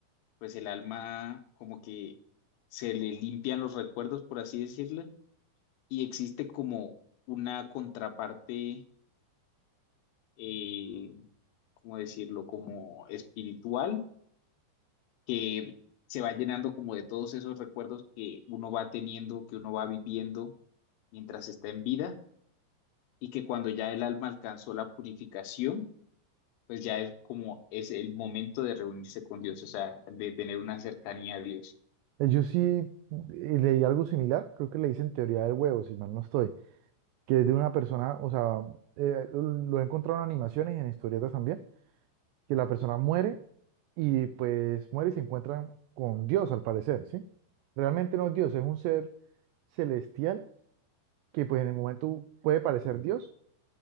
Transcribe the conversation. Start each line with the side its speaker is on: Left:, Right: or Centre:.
Left: pues el alma como que se le limpian los recuerdos, por así decirlo, y existe como una contraparte, eh, ¿cómo decirlo? Como espiritual que se va llenando como de todos esos recuerdos que uno va teniendo, que uno va viviendo mientras está en vida y que cuando ya el alma alcanzó la purificación, pues ya es como es el momento de reunirse con Dios, o sea, de tener una cercanía a Dios.
Right: Eh, Yo sí eh, leí algo similar, creo que le dicen teoría del huevo, si mal no estoy, que es de una persona, o sea, eh, lo lo he encontrado en animaciones y en historietas también que la persona muere y pues muere y se encuentran con Dios al parecer, ¿sí? Realmente no es Dios, es un ser celestial que pues en el momento puede parecer Dios,